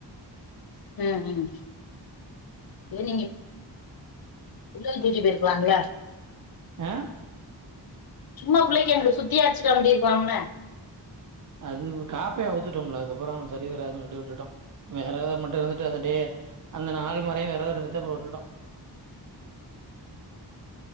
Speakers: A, on the left; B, on the right.
A: ம் ம் சரி நீங்க உள்ள தூக்கி போயிருக்காங்க
B: ஆ
A: சும்மா பிள்ளைக்கு அங்க சுத்தி ஆச்சு காமிச்சுருக்கலாம்ல்ல
B: அது காப்ப அவுத்துட்டோம் இல்ல அதுக்கப்புறம் சரி வராதுன்னு விட்டு விட்டுட்டோம் விரதம் மட்டும் இருந்துட்டு வந்துட்டு அந்த நாலு மொறயும் விரதம் இருந்துட்டு அப்றம் விட்டுட்டோம்